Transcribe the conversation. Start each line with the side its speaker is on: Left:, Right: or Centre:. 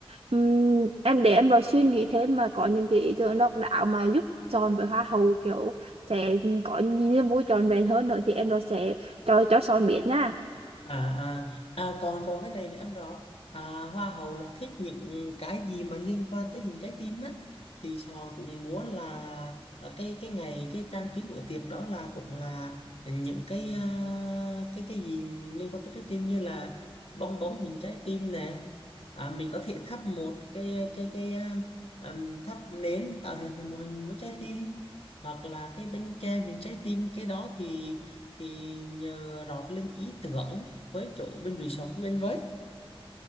Right: Ừm, em để em vào suy nghĩ thêm mà có những cái ý tưởng độc đáo mà giúp chọn với hoa hậu kiểu sẽ có niềm vui trọn vẹn hơn nữa thì em rồi sẽ cho cho Son biết nha.
Left: À, à, à còn còn cái này nữa em rõ à, hoa hậu là thích những cái gì mà liên quan tới hình trái tim á thì Sòn cũng muốn là ở cái cái ngày cái trang trí bữa tiệc đó là cũng là những cái à, cái cái gì liên quan tới trái tim như là bong bóng hình trái tim nè à, mình có thể thắp một cái cái cái à, ừm, thắp nến tạo hình thành một hình một trái tim hoặc là cái bánh kem hình trái tim cái đó thì thì nhờ rót lên ý tưởng với chủ bên resort của bên với